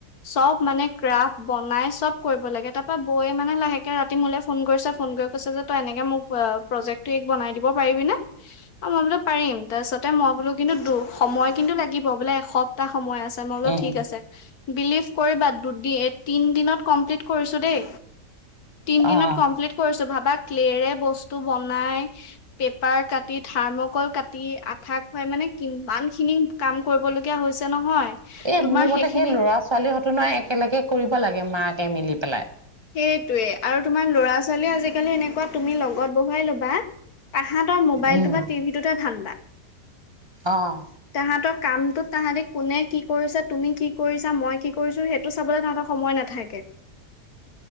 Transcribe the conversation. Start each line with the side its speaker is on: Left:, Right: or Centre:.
Left: চব মানে ক্ৰাফ বনাই চব কৰিব লাগে তাৰ পা বৌয়ে মানে লাহে। তে ৰাতি মোলে ফোন কৰিছা ফোন কৰি কৈছে যে তই এনেকে মোক আ প্ৰজেক্টটো এইক‌ বনাই দিব পাৰিবি নে। অ', মই বোলো পাৰিম তাৰপিছতে মই বোলো কিন্তু দু-সময় কিন্তু লাগিব বোলে এসপ্তাহ সময় আছে, মই বোলো
Right: উম,
Left: ঠিক আছে বিলিভ কৰিবা দুদি তিন দিনত কমপ্লিট কৰিছোঁ দেই। তিন দিনত
Right: অ',
Left: কমপ্লিট কৰিছোঁ ভাবাক ক্লেৰে বস্তু বনাই পেপাৰ কাট থাৰ্মকল কাটি আঠা খুৱাই মানে কিমান খিনি কাম কৰিবলগীয়া হৈছে। নহয়।
Right: এ
Left: তোমাৰ
Right: মোৰ মতে
Left: সেইখিনি
Right: সেই ল'ৰা ছোৱালী হতে একেলগে কৰিব লাগে মাক, এ মিলি পেলাই।
Left: সেইটোৱে আৰু তোমাৰ ল'ৰা ছোৱালীয়ে আজিকালি এনেকুৱা তুমি লগত বহুৱাই ল'বা। তাহাঁতৰ মোবাইলটো
Right: উম,
Left: বা টিভিটোতে ধান্দা
Right: অ',
Left: তাহাঁতৰ কামটোত তাহাঁতি কোনে কি কৰিছা, তুমি কি কৰিছা, মই কি কৰিছো সেইটো চাবলৈ তাহাঁতৰ সময় নাথাকে।